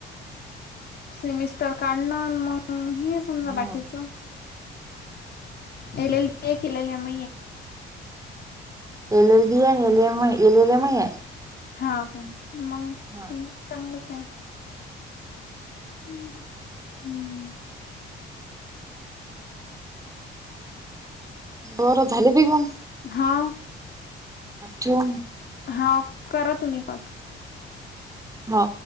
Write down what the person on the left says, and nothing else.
सेमिस्टर काढण मग हे समजा
बाकीच, <inaudible> एल. एल. केलेले आहे म,
हा ओके मग समजा
चांगलंच आहे ह हम्म
हा
हा करा तुम्ही कर